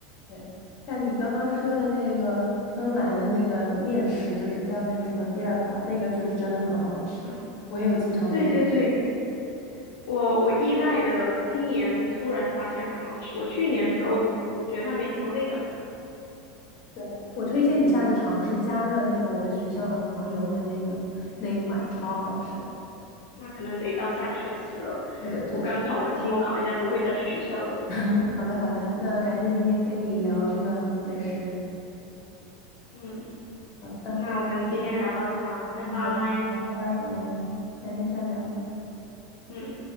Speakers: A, on the left; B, on the left.
A: 对，但你刚刚说的那个芬兰的那个面食，就是叫那个什么 b i l a g a 那个就是真的很好吃，
B: 嗯，
A: 我也有经常推荐。
B: 对对对，我我意外的今年突然发现它的好吃，我去年的时候觉得它没什么味道，
A: 对，我推荐你下次尝试加热那个我们学校的黄油的那个那一款，超好吃。
B: 那可能得到下个学期了。
A: 对的，对的。
B: 我刚考完期末考，应该不会再去学校了。
A: <laughs> 好的，好的，那感谢今天跟你聊这个美食。
B: 嗯，
A: 好的。
B: 那我们今天聊到这啊，
A: 那。
B: 拜拜。
A: 嗯，好的，好，拜拜，我们改天再聊。
B: 嗯。